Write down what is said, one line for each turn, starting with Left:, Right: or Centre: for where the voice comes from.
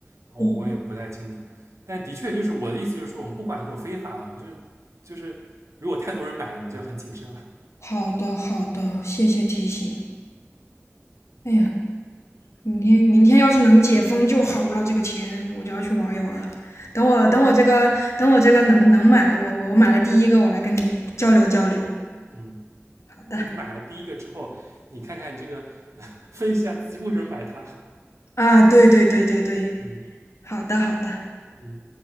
Right: 然后我也不太清楚。
Left: 哦，
Right: 但的确就是我的意思就是说，我们不管那种非法的，就是就是如果太多人买了，你就要很谨慎了。
Left: 好的好的，谢谢提醒。哎呀，明天明天要是能解封就好了，这个钱我就要去玩一玩了。等我等我这个等我这个能能买了，我我我买了第一个，我来跟你交流交流。
Right: 嗯，
Left: 好的
Right: 那买了第一个之后，你看看这个，<laughs> 呵呵分析一下自己为什么买它。
Left: 啊，对对对对对，
Right: 嗯
Left: 好的好的。
Right: 嗯。